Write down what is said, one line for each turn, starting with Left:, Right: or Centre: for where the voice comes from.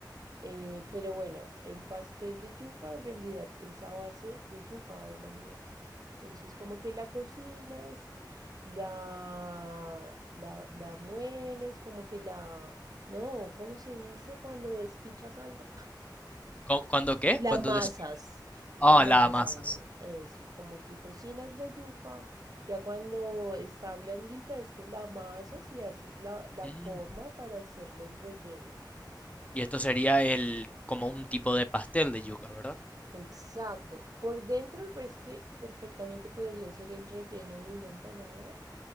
Right: Eh, pero bueno, el pastel de yuca en realidad es a base de yuca, de mandioca. Entonces, como que la cocinas, la, la, la mueles, como que la... No, ¿cómo se dice cuando despichas algo?
Left: ¿cu- ¿Cuándo qué?
Right: La
Left: Cuando
Right: amasas,
Left: des... Ah,
Right: amasan,
Left: la amasas.
Right: eso, como que cocinas la yuca, ya cuando está blandita es que la amasas y haces la, la
Left: Mm.
Right: forma para hacerle el relleno.
Left: Y esto sería el como un tipo de pastel de yuca, ¿verdad?
Right: Exacto, por dentro me parece que perfectamente podría ser el relleno de una empanada,